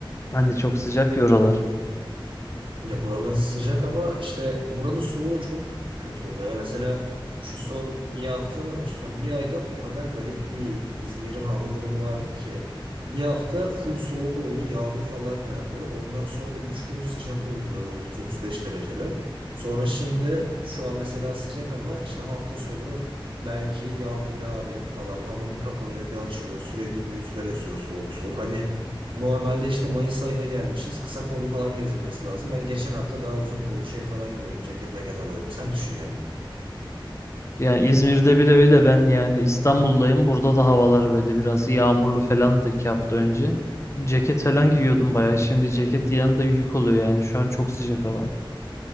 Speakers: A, on the left; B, on the right.
A: Hani çok sıcak ya oralar.
B: Ya buralar sıcak ama işte buranın soğuğu da çok kötü oluyor. Ya mesela şu son bir hafta mı, son bir ayda o kadar garip bir İzmir'in hava durumu vardı ki. Bir hafta full soğuk oldu, yağmur falan yağdı. Ondan sonra 3 gün sıcak oldu böyle 30-35 dereceler. Sonra şimdi şu an mesela sıcak ama işte hafta sonu belki yağmur yağabilir falan. Hava bir kapanıyor, bir açılıyor. Sürekli bir rüzgar esiyor soğuk soğuk. Hani Normalde işte Mayıs ayına gelmişiz. Kısa kollu falan gezilmesi lazım. Ben geçen hafta daha uzun kollu şey falan giyiyordum. Ceket meket alıyordum. Sen düşün yani.
A: Yani İzmir'de bile öyle ben yani İstanbul'dayım. Burada da havalar
B: Hı hı.
A: böyle biraz yağmurlu falandı iki hafta önce. Ceket
B: hı hı.
A: falan giyiyordum bayağı. Şimdi ceket yanında yük oluyor yani. Şu an çok sıcak hava.